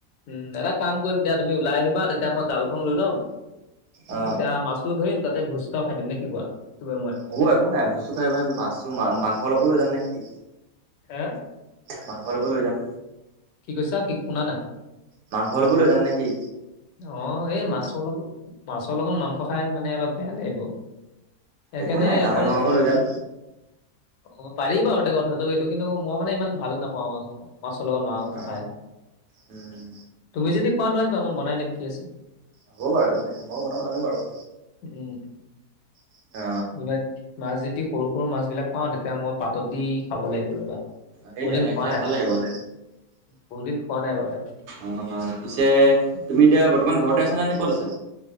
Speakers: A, on the left (about 80°); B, on the right (about 75°).
A: উম দাদ। কাম কৰিম দিয়া তুমি ওলাই আহিবা তেতিয়া মই জালখন লৈ ল'ম
B: অ
A: তেতিয়া মাছো ধৰিম। তাতে ভোজ এটাখাই দিম নে কি কোৱা। তুমি মই
B: হ'ব একো নাই ভোজতো খাই প মাছো মাংস অলপো লৈ যাম নেকি।
A: হে।
B: মাংস অলপ লৈ যাম।
A: কি কৈছা কি শুনা নাই।
B: মাংস অলপ লৈ যাম নেকি।
A: অ এই মাছৰ লগত মাছৰ লগত মাংস খাই মানে অলপ বেয়া লাগিব। সেইকাৰণে
B: একো নাই গাহৰি
A: অকল
B: মাংস অকণ লৈ যাম।
A: অ পাৰি বাৰু এতে কথাটো এইটো কিন্তু মই মানে ইমান ভাল নাপাওঁ মাছৰ লগত মাংস
B: অ
A: খাই।
B: উম
A: তুমি যদি খোৱা লৈ আহিবা মই বনাই দিম কি আছে।
B: হাব বাৰু একো নাই মইয বনাব জানো বাৰু।
A: উম
B: অ
A: উ মছি। যদি সৰু সৰু মাছ বিলাক পাওঁ তেতিয়া মই পাতত দি খাব লাগিব ৰবা।
B: সেই
A: বহুত
B: তেনে
A: দিন খোৱা
B: খাই
A: নাই
B: ভাল লাগে বাৰু
A: বহুত দিন খোৱা নাই বাৰু এতিয়া।
B: অ পিছে তুমি এতিয়া বৰ্তমান ঘৰতে আছ নে নে ক'ত আছা।